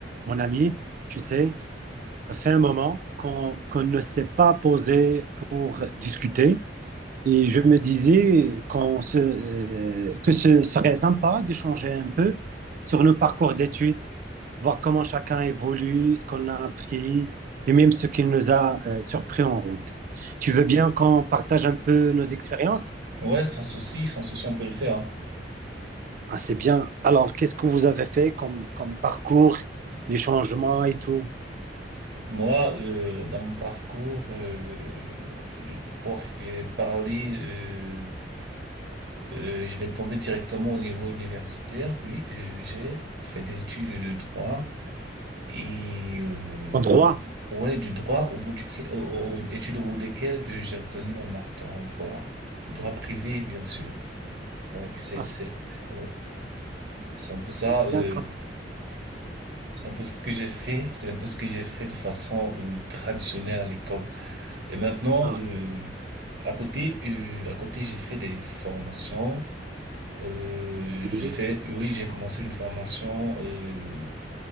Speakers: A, on the right (about 50°); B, on the right (about 65°).
A: Mon ami, tu sais, ça fait un moment qu'on qu'on ne s'est pas posé pour discuter et je me disais qu'on se, euh, que ce serait sympa d'échanger un peu sur nos parcours d'études, voir comment chacun évolue, ce qu'on a appris et même ce qui nous a euh, surpris en route. Tu veux bien qu'on partage un peu nos expériences?
B: Ouais, sans souci, sans souci, on peut le faire.
A: Ah, c'est bien. Alors, qu'est-ce que vous avez fait comme, comme parcours, les changements et tout?
B: Moi, euh, dans mon parcours, euh, pour f- parler, euh, euh, je vais tomber directement au niveau universitaire. Oui, euh, j'ai fait des études de droit et euh,
A: En droit?
B: au- ouais, du droit au bout du, au- au- études au bout desquelles euh, j'ai obtenu un master en droit, droit privé, bien sûr. Ouais, c'est,
A: Ah,
B: c'est, c'est- ouais, c'est un peu ça.
A: C'est
B: euh,
A: bien comme
B: C'est un peu ce que j'ai fait, c'est un peu ce que j'ai fait de façon euh, traditionnelle à l'école. Et maintenant,
A: ça.
B: euh, à côté, euh, à côté, j'ai fait des formations. Euh, j'ai
A: Oui.
B: fait, oui, j'ai commencé une formation euh,